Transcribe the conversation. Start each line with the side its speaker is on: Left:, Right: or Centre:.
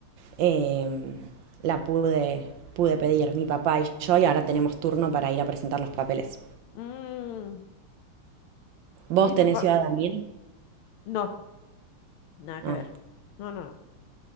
Right: em, la pude, pude pedir mi papá y yo y ahora tenemos turno para ir a presentar los papeles.
Left: Mm,
Right: ¿Vos
Left: ¿y
Right: tenés
Left: tu pa-
Right: ciudadanía?
Left: No, nada
Right: Ah,
Left: que ver. No, no, no.